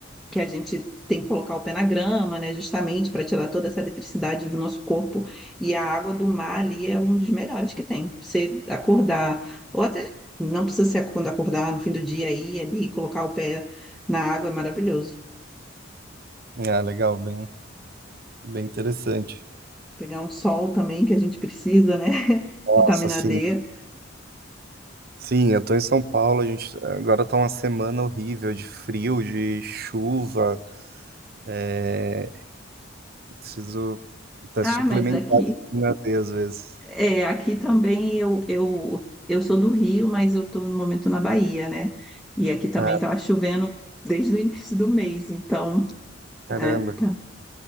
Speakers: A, in the centre; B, on the right.
A: que a gente tem que colocar o pé na grama, né? Justamente para tirar toda essa eletricidade do nosso corpo. E a água do mar ali é um dos melhores que tem. Você acordar, ou até não precisa ser quando acordar no fim do dia aí, ali, e colocar o pé na água é maravilhoso.
B: Ah, legal, bem, bem interessante.
A: Pegar um sol também que a gente precisa, né? <laughs>
B: Nossa,
A: Vitamina
B: sim.
A: D.
B: Sim, eu tô em São Paulo, a gente agora tá uma semana horrível de frio, de chuva. É, preciso até
A: Ah,
B: suplementar
A: mas aqui.
B: a vitamina D às vezes.
A: É, aqui também eu, eu, eu sou do Rio, mas eu estou no momento na Bahia, né? E aqui também
B: Ah,
A: estava chovendo desde o <laughs> início do mês, então,
B: caramba.
A: né? Tá,